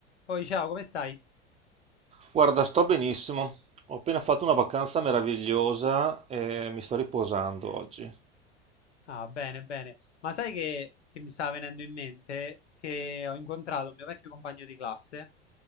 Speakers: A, on the left; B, on the right.
A: Poi ciao, come stai?
B: Guarda, sto benissimo. Ho appena fatto una vacanza meravigliosa e mi sto riposando oggi.
A: Ah, bene, bene. Ma sai che, che mi stava venendo in mente che ho incontrato un mio vecchio compagno di classe